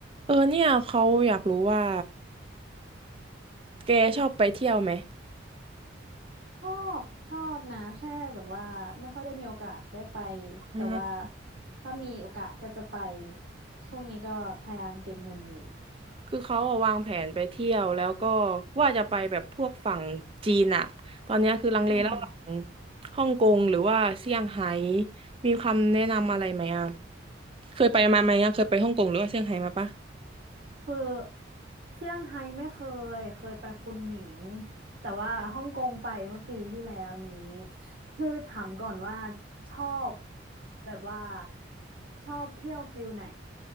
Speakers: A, on the right; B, on the right.
A: เออเนี่ยเขาอยากรู้ว่าแกชอบไปเที่ยวไหม
B: ชอบชอบนะแค่แบบว่าไม่ค่อยได้มีโอกาสได้ไป
A: อืม
B: แต่ว่าถ้ามีโอกาสก็จะไปช่วงนี้ก็พยายามเก็บเงินอยู่
A: คือเขาอะวางแผนไปเที่ยวแล้วก็ว่าจะไปแบบพวกฝั่งจีนอะตอนเนี้ยคือลังเลระหว่าง
B: อืม
A: ฮ่องกงหรือว่าเซี่ยงไฮ้มีคำแนะนำอะไรไหมอะเคยไปมาไหมอะเคยไปฮ่องกงหรือว่าเซี่ยงไฮ้มาปะ
B: คือเซี่ยงไฮ้ไม่เคยเคยไปคุนหมิงแต่ว่าฮ่องกงไปเมื่อปีที่แล้วนี้คือถามก่อนว่าชอบแบบว่าชอบเที่ยวฟิลไหน